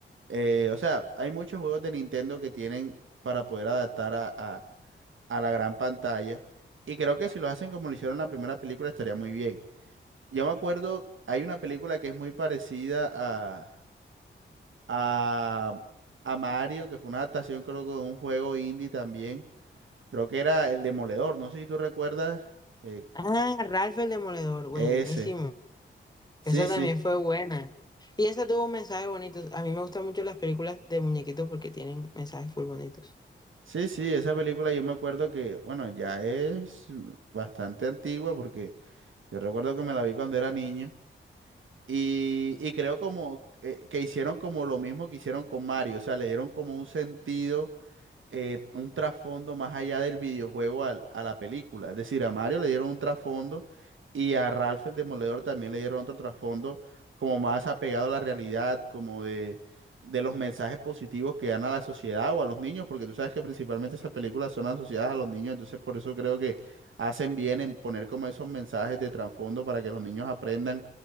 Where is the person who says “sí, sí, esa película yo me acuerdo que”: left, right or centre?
Right